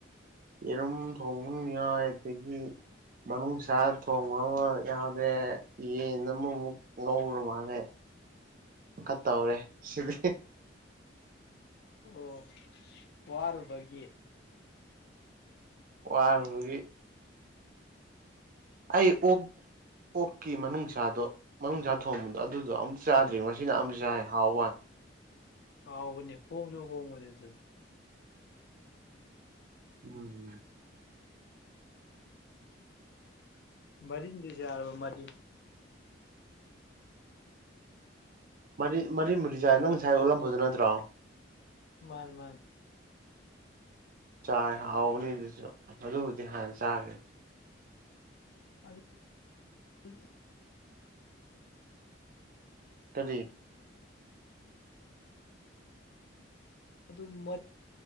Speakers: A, on the right (about 45°); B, on the left (about 55°).
A: ꯌꯦꯔꯨꯝ ꯊꯣꯡꯕ ꯑꯝ ꯌꯥꯎꯋꯦ ꯑꯗꯒꯤ ꯃꯥꯅꯨꯡꯁꯥ ꯊꯣꯡꯕ ꯑꯃꯥ ꯌꯥꯎꯔꯦ ꯌꯦꯟ ꯑꯃꯃꯨꯛ ꯉꯧꯔ ꯃꯥꯜꯂꯦ ꯈꯥ ꯇꯧꯔꯦ ꯁꯤꯗꯤ꯫
B: ꯑꯣ ꯋꯥꯔꯨꯕꯒꯤ꯫
A: ꯋꯥꯔꯨꯕꯒꯤ ꯑꯩ ꯑꯣꯛ ꯑꯣꯛꯀꯤ ꯃꯅꯨꯡꯁꯥꯗꯣ ꯃꯅꯨꯡ ꯁꯥ ꯊꯣꯡꯕꯗꯣ ꯑꯗꯨꯗꯣ ꯑꯃꯨꯛ ꯆꯥꯗ꯭ꯔꯤꯉꯣ ꯉꯁꯤꯅ ꯑꯍꯥꯝꯕ ꯆꯥꯏ ꯍꯥꯎꯋꯥꯅꯦ꯫
B: ꯍꯥꯎꯕꯅꯦ ꯍꯣꯡꯖꯨ ꯍꯣꯡꯕꯅꯦ ꯑꯗꯨ
A: ꯎꯝ
B: ꯃꯔꯤꯟꯗꯤ ꯆꯥꯔꯕ ꯃꯔꯤꯟ꯫
A: ꯃꯔꯤ ꯃꯔꯤꯟꯕꯨꯗꯤ ꯆꯥꯏ ꯅꯪ ꯉꯁꯥꯏ ꯎꯠꯂꯝꯕꯗꯨ ꯅꯠꯇ꯭ꯔꯣ꯫
B: ꯃꯥꯥꯅꯦ ꯃꯥꯥꯅꯦ
A: ꯆꯥꯏ ꯍꯥꯎꯕꯅꯤ ꯑꯗꯨꯁꯨ ꯑꯗꯨꯕꯨꯗꯤ ꯍꯥꯟꯅ ꯆꯥꯒ꯭ꯔꯦ꯫
B: ꯑꯗꯨ <unintelligible>
A: ꯀꯔꯤ
B: ꯑꯗꯨꯃ